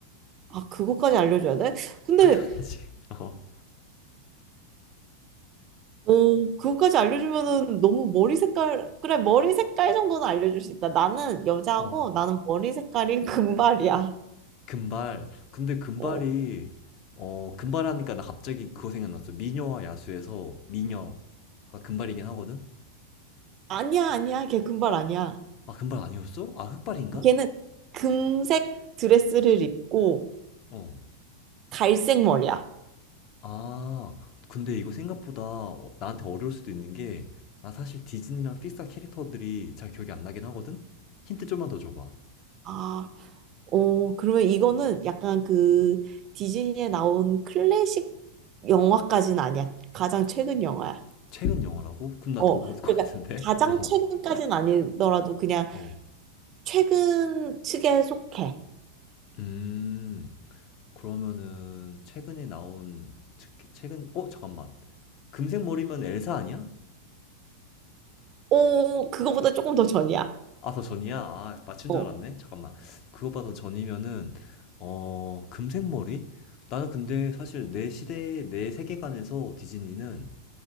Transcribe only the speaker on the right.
아, 그것까지 알려줘야 돼? 근데
오, 그거까지 알려주면은 너무 머리 색깔, 그래, 머리 색깔 정도는 알려줄 수 있다. 나는 여자고
나는 머리 색깔이 <laughs> 금발이야.
어.
아니야, 아니야. 걔 금발 아니야.
걔는 금색 드레스를 입고
갈색 머리야.
아, 어, 그러면 이거는 약간 그 디즈니에 나온 클래식 영화까지는 아니야. 가장 최근 영화야.
어,
그러니까
가장
최근까지는 아니더라도 그냥
최근 측에 속해.
오, 그거보다 조금 더 전이야.
어.